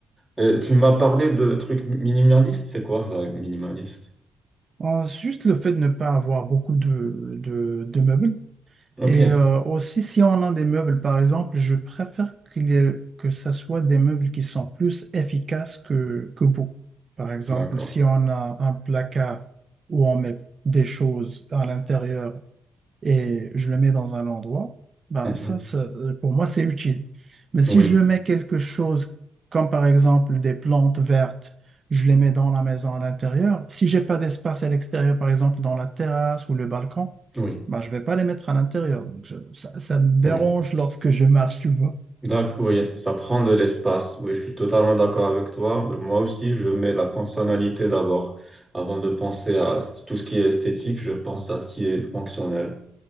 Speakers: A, in the centre; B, on the right (about 40°).
A: Et tu m'as parlé de trucs minimalistes, c'est quoi ça, minimaliste?
B: Euh, Juste le fait de ne pas avoir beaucoup de, de, de meubles.
A: Ok,
B: Et euh, aussi, si on a des meubles, par exemple, je préfère qu'il y ait- que ça soit des meubles qui sont plus efficaces que, que beaux. Par exemple,
A: d'accord.
B: si on a un placard où on met des choses à l'intérieur, et je le mets dans un endroit, ben
A: Mhm.
B: ça, ça, euh, pour moi, c'est utile. Mais si
A: Oui,
B: je mets quelque chose comme par exemple des plantes vertes, je les mets dans la maison à l'intérieur. Si j'ai pas d'espace à l'extérieur, par exemple dans la terrasse ou le balcon,
A: oui,
B: ben je vais pas les mettre à l'intérieur. Donc je- ça, ça me dérange
A: oui.
B: lorsque je marche, tu vois.
A: D'accord, oui, ça prend de l'espace. Oui, je suis totalement d'accord avec toi. Euh, Moi aussi, je mets la fonctionnalité d'abord. Avant de penser à tout ce qui est esthétique, je pense à ce qui est fonctionnel.